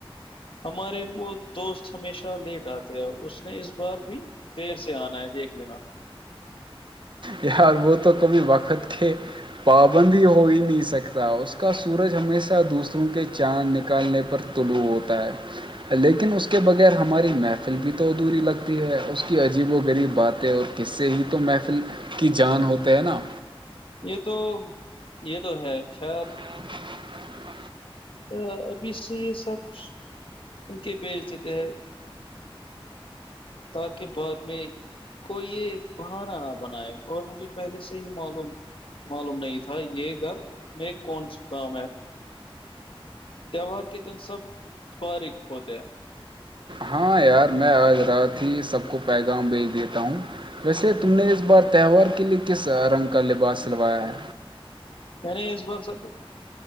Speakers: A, on the left; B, on the right.
A: ہمارے وہ دوست ہمیشہ لیٹ آتے ہیں اس نے اس بار بھی دیر سے آنا ہے دیکھ لینا
B: یہار وہ تو کبھی بخت کے پابندی ہو ہی نہیں سکتا اس کا سورج ہمیشہ دوسروں کے چاند نکالنے پر طلوع ہوتا ہے لیکن اس کے بغیر ہماری محفل بھی تو ادھوری لگتی ہے اس کی عجیب و غریب باتیں اور کس سے ہی تو محفل کی جان ہوتے ہے نا
A: یہ تو یہ تو ہے خیر
B: ہ
A: تو ابھی سے یہ سب ان کے بیچ دیتے ہیں تاکہ بعد میں کو یہ بہانا نہ بنائے اور مجھے پہلے سے ہی معلوم معلوم نہیں تھا یہ گھر میں کونا کام ہے تہوار کے دن سب فارغ ہوتے ہیں
B: ہاں یار میں آج رات ہی سب کو پیغام بیج دیتا ہوں ویسے تم نے اس بار تہوار کے لیے کس رنگ کا لباس سلوایا ہے
A: میں نے اس بار سف